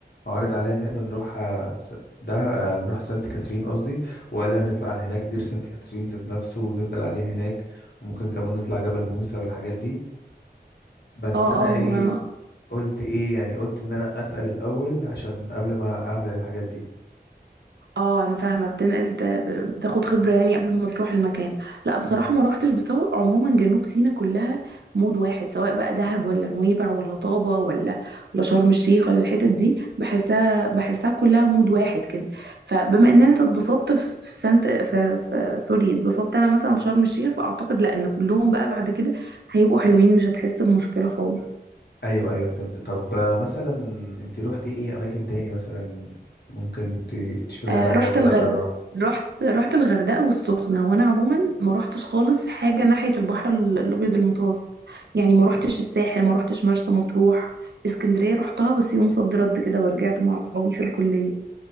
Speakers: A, on the left; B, on the right.
A: عارض عليا ان احنا نروح آه، س- ده آه، نروح سانت كاترين قصدي وقال لي هنطلع هناك دير سانت كاترين ذات نفسه ونفضل قاعدين هناك وممكن كمان نطلع جبل موسى والحاجات دي بس
B: اه
A: انا
B: اه
A: ايه
B: ما
A: قلت ايه يعني قلت ان انا اسأل الاول عشان قبل ما اعمل الحاجات دي
B: اه انا فاهمه بتنقل ده- بتاخد خبره يعني قبل ما تروح المكان لا بصراحه
A: بالظبط
B: ما روحتش بطول عموما جنوب سيناء كلها مود واحد سواء بقى دهب ولا نويبع ولا طابه ولا ولا شرم الشيخ ولا الحتت دي بحسها بحسها كلها مود واحد كده فبما ان انت اتبسطت في في سانت في, في سوري اتبسطت انا مثلا في شرم الشيخ فاعتقد لا ان كلهم بقى بعد كده هيبقوا حلوين مش هتحس بمشكله خالص
A: ايوه ايوه فهمت طب آه، مثلا انت روحتي ايه اماكن تاني مثلا ممكن ت- تشوري
B: آه،
A: عليا
B: رحت
A: كده
B: الغرب
A: اقدر اروح
B: رحت رحت الغردقة والسخنة وانا عموما ما رحتش خالص حاجة ناحية البحر ال- الابيض المتوسط يعني ما رحتش الساحل ما رحتش مرسى مطروح اسكندرية رحتها بس يوم صد رد كده ورجعت مع اصحابي في الكلية